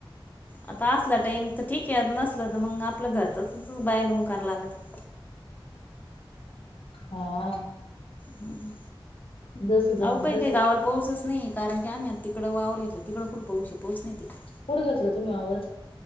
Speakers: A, on the left (about 20°); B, on the left (about 80°).
A: आता असला टाइम तर ठीक आहे. नसलं तर मग आपलं घरचच बाय लावून कराय लागत.
B: हा
A: हम्म.
B: जस जमन
A: आवो काय
B: तस
A: काय गावाला. पाऊसच नाही कारण की आम्ही आ तिकडं वावर घेतला तिकं कुठं पाऊस ये पाऊस नाही तिकड
B: कुठे घेतलं तुम्ही वावर